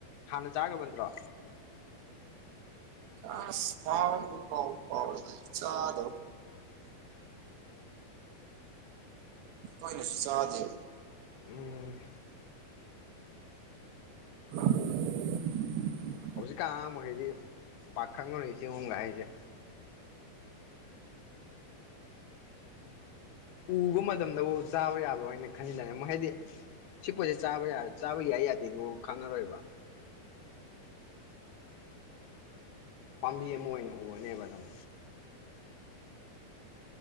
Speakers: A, on the left; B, on the right.
A: ꯍꯥꯟꯅ ꯆꯥꯕ ꯅꯠꯇ꯭ꯔꯣ
B: ꯑ ꯃꯥ ꯐ ꯐꯥꯎ ꯆꯥꯗ ꯑꯩꯅꯁꯨ ꯁꯥꯗꯌ
A: ꯎꯝ
B: <inaudible> <unintelligible>
A: ꯍꯧꯖꯤꯛꯀꯥꯟ ꯃꯈꯩꯗꯤ ꯄꯥꯛꯈꯪꯅꯔꯤ ꯆꯤꯡꯒꯨꯝꯒ ꯍꯥꯏꯁꯦ ꯎꯕ ꯃꯇꯝꯗꯕꯨ ꯆꯥꯕ ꯌꯥꯕ꯭ꯔꯥꯅ ꯈꯟꯜꯂꯑꯦ ꯑꯃꯨꯛ ꯍꯥꯏꯗꯤ ꯁꯤ ꯄꯣꯠꯁꯦ ꯆꯥꯕ ꯆꯥꯕ ꯌꯥꯏ ꯌꯥꯗꯦꯗꯨ ꯈꯪꯉꯔꯣꯏꯕ ꯄꯥꯝꯕꯤ ꯑꯃ ꯑꯣꯏꯅ ꯎꯒꯅꯦꯕ ꯑꯗꯨꯝ